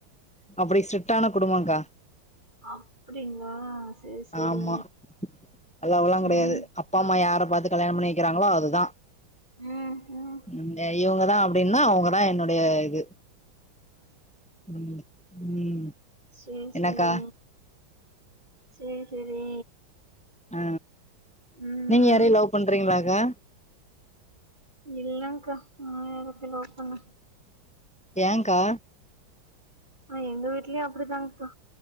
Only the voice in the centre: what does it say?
அப்பிடி ஸ்ட்ரிட்டான குடும்பங்க்கா
ஆமா அல்லாவல்லா கெடையாது
அப்பா அம்மா யார பாத்து கல்யாணம் பண்ணி வெக்கறாங்களோ அதுதா
இந்த இவுங்கதா அப்டின்னா அவுங்கதா என்னுடைய இது ம் ம்
என்னக்கா
ஆ
நீங்க யாரயு லவ் பண்றீங்களாக்கா
ஏங்க்கா